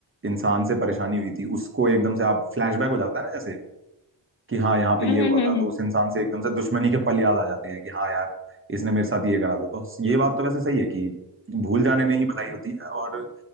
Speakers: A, on the right; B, on the left.
A: इंसान से परेशानी हुई थी उसको एकदम से आप फ्लैशबैक हो जाता है ना जैसे कि हाँ यहाँ पे
B: हम्म
A: ये हुआ
B: हम्म
A: था
B: हम्म, हम्म।
A: तो उस इंसान से एकदम से दुश्मनी के पल याद आ जाते हैं कि हाँ यार इसने मेरे साथ ये करा था तो ये बात तो वैसे सही है कि भूल जाने में ही भलाई होती है और